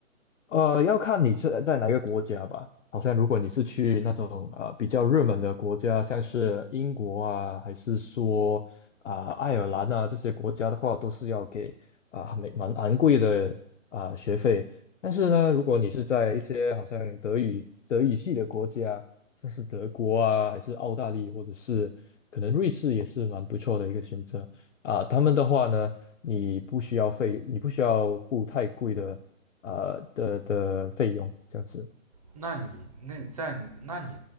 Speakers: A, on the left (about 60°); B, on the right (about 25°).
A: 呃，要看你是在哪个国家吧。好像如果你是去那种呃比较热门的国家，像是英国啊，还是说啊、爱尔兰啊这些国家的话，都是要给啊蛮、蛮昂贵的啊、学费。但是呢，如果你是在一些好像德语德语系的国家，像是德国啊，还是澳大利亚，或者是可能瑞士也是蛮不错的一个选择。啊，他们的话呢，你不需要费，你不需要付太贵的呃的的费用这样子。
B: 那你那在那你